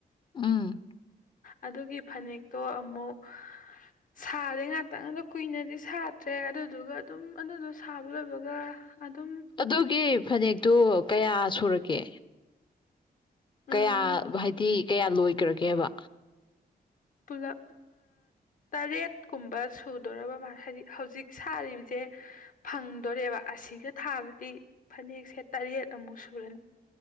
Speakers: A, on the left; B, on the left.
A: ꯎꯝ
B: ꯑꯗꯨꯒꯤ ꯐꯅꯦꯛꯇꯣ ꯑꯃꯨꯛ ꯁꯥꯔꯦ ꯉꯥꯛꯇꯪ ꯑꯗ ꯀꯨꯏꯅꯗꯤ ꯁꯥꯇ꯭ꯔꯦ ꯑꯗꯨꯗꯨꯒ ꯑꯗꯨꯝ ꯑꯗꯨꯗꯣ ꯁꯥꯕ ꯂꯣꯏꯕꯒ ꯑꯗꯨꯝ
A: ꯑꯗꯨꯒꯤ ꯐꯅꯦꯛꯇꯣ ꯀꯌꯥ ꯁꯨꯔꯒꯦ
B: ꯎꯝ
A: ꯀꯌꯥ ꯍꯥꯏꯗꯤ ꯀꯌꯥ ꯂꯣꯏꯈ꯭ꯔꯒꯦꯕ
B: ꯄꯨꯂꯞ ꯇꯔꯦꯠꯀꯨꯝꯕ ꯁꯨꯗꯣꯔꯔꯕ ꯃꯥ ꯍꯥꯏꯗꯤ ꯍꯧꯖꯤꯛ ꯁꯥꯔꯤꯕꯁꯦ ꯐꯪꯗꯣꯔꯦꯕ ꯑꯁꯤꯒ ꯊꯥꯕꯗꯤ ꯐꯅꯦꯛꯁꯦ ꯇꯔꯦꯠ ꯑꯃꯨꯛ ꯁꯨꯔꯅꯤ